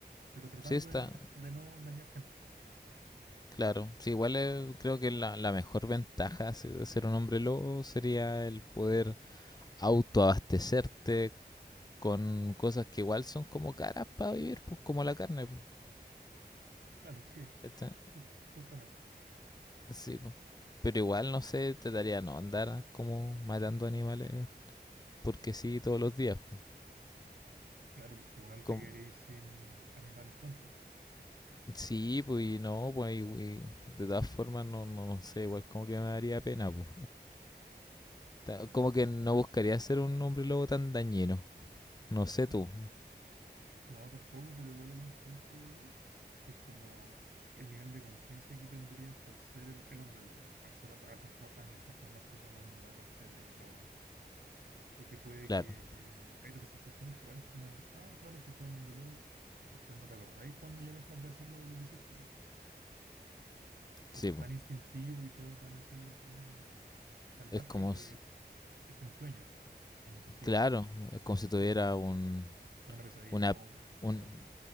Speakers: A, on the right; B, on the left.
A: Pero tratando
B: Sí está,
A: de no, afect- de no dañar gente.
B: claro. Sí, igual eh, creo que la, la mejor ventaja de ser un hombre lobo sería el poder autoabastecerte con cosas que igual son como caras para vivir, pues como la carne, pues.
A: Claro que,
B: ¿cachai?
A: ju- justamente.
B: Sí, po. pero igual no sé, trataría de no andar como matando animales porque sí todos los días. po.
A: Claro, porque igual
B: Com-
A: te quedaréis sin animales pronto.
B: sí, pues y no, pues y- y de todas formas no, no, no sé, igual como que me daría pena. po. Ta- Como que no buscaría ser un hombre lobo tan dañino. No sé tú,
A: Ujú. No, tampoco, pero igual hay un punto ahí que es como el nivel de conciencia que tendrías al ser el, el hombre lobo, al, ser- al transfor- al transformarte como en la parte de lobo. Porque puede
B: claro.
A: que eh, hay representaciones que igual es como, ah, claro, si fue un hombre lobo, después no te acordáis cuando ya dejas de hacerlo de lo que hiciste. Porque
B: Sí,
A: es
B: po.
A: tan instintivo y todo tan así salvaje
B: es como,
A: que
B: s-
A: es como un sueño, una cosa así,
B: claro, es como si tuviera
A: como una,
B: un,
A: como una pesadilla,
B: una,
A: o
B: un,
A: quizás.